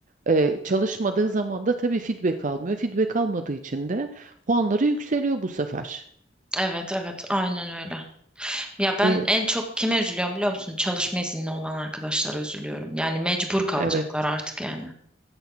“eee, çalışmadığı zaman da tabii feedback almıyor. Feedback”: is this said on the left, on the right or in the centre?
Right